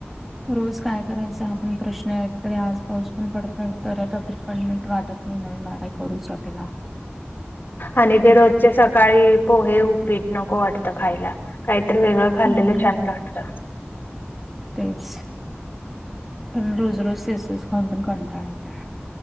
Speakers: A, in the centre; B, on the left.
A: रोज काय करायचं आ बी प्रश्न एक तरी आज पाऊस पण पडतय तर तब्येत पण नीट वाटत नाय म्हणून मला काही करूच वाट केला
B: आणि ते रोजचे सकाळी पोहे उपीट नको वाटत खायला कायतर वेगळं खाल्लेलं
A: हम्म
B: छान लागत.
A: तेच आणि रोज रोज तेच तेच खाऊन पण कंटाळा येतो.